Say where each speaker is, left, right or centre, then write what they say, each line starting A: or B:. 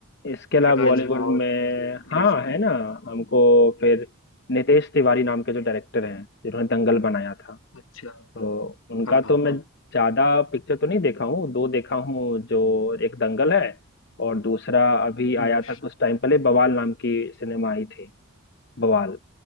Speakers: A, on the left; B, on the left.
A: इसके अलावा
B: प्रकाश
A: बॉलीवुड
B: झा और
A: में
B: इनके नीरज
A: हाँ
B: पांडे
A: है ना हमको फिर नितेश तिवारी नाम के जो डायरेक्टर हैं जिन्होंने दंगल बनाया था
B: अच्छा
A: तो उनका
B: हाँ
A: तो मैं
B: हाँ
A: ज्यादा पिक्चर तो नहीं देखा हूँ दो देखा हूँ जो एक दंगल है और दूसरा अभी आया
B: हम्म
A: था कुछ टाइम पहले बवाल नाम की सिनेमा आई थी बवाल